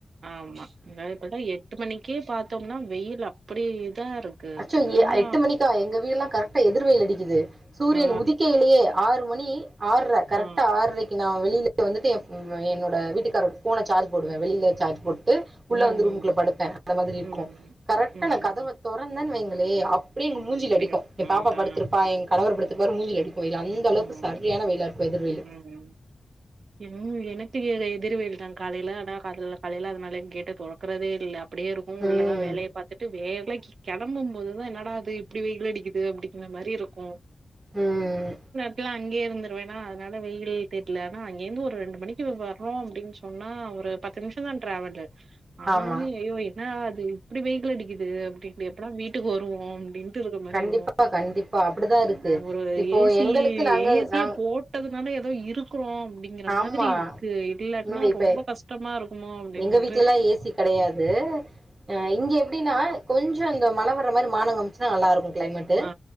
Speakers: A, on the right (about 80°); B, on the right (about 45°).
A: ஆம்மா இங்க இப்பதா எட்டு மணிக்கே பாத்தோம்னா வெயில் அப்படி இதா இருக்கு
B: அச்சோ
A: சுத்தமா
B: ஏ எட்டு மணிக்கா எங்க வீட்லா கரெட் டு எதிர் வெயில் அடிக்குது சூரியன்
A: ஆ
B: உதிக்கையிலேயே ஆறு மணி ஆர்ற கரெக்ட்டா
A: ஆ
B: ஆற்ரைக் நா வெளில வந்துட்டு எவ் என்னோட வீட்டுக்காரோட ஃபோன சார்ஜ் போடுவே வெளில சார்ஜ் போட்டு
A: ம்
B: உள்ள வந்து ரூம்குள்ள படுப்பே அந்த மாதிரி
A: ம்
B: இருக்கு கரெக்டா
A: ம்
B: நா கதவ தொறந்தேன் வைங்களே அப்டியே எங்க மூஞ்சில
A: அப்டியா
B: அடிக்கு எ
A: அதா
B: பாப்பா படுத்திருப்பா எங் கணவர் படுத்திருப்பாரு மூஞ்சில அடிக் வெயிலு அந்த
A: ம்
B: அளவுக்கு சரியான வெய்யிலா இருக்கு எதிர்வெய்யிலு
A: ம் <unintelligible> எனக்கு தெரியாதே எதிர் வெய்யில் தா காலைல ஆனா காலைல காலைல அதனால கேட்ட தொறக்குறதே இல்ல அப்டியே இருக்கு உள்ளதா
B: ம்
A: வேலைய பாத்துட்டு வேலைக்கு கெளம்பும் போது தா என்னடா இது இப்படி வெய்யில் அடிக்குது அப்படிங்கிற மாரி இருக்கு
B: ம்
A: ட்லா அங்கேயே இருந்துருவேனா அதனால வெயிலே தெர்ல ஆனா அங்க இந்து ஒரு ரெண்டு மணிக்கு வர்ரோ அப்டின் சொ ன்னம்னா ஒரு பத்து நிமிஷந்தா ட்ராவல்லு ஆனாலு
B: ஆமா
A: ஐயோ என்னடா இது இப்டி வெய்யில் அடிக் குது அப்டிண்டு எப்பாடா வீட்டுக்கு வருவோ அப்டின்ட்டு இருக்க மாரி
B: கண்டிப்பா
A: இருக்கு
B: கண்டிப்பா அப்படிதான் இருக்கு
A: அ ஒரு
B: இப்போ
A: ஏ ஸ் சி
B: எங்களுக்கு நாங்க
A: ஏ சி
B: நாங்
A: ய போ ட்டதுனால ஏதோ இருக்றோ அப்டிங்கிற
B: ஆமா
A: மாதிரி இருக்கு இல்லாட்னா
B: உண்மைவே இப்ப
A: ரொம்ப கஷ்டமா இருக்குமோ அப்டின்ட்டு
B: எங்க வீட்லல்லா
A: இருக்கு
B: ஏ சி கெடையாது ஆ இங்க எப்டின்னா கொஞ்சோ இங்க மழ வர்ற மாரி மானங் காம்ச்சுனா நல்லாருக்கு கிளைமேட்டு
A: ஆ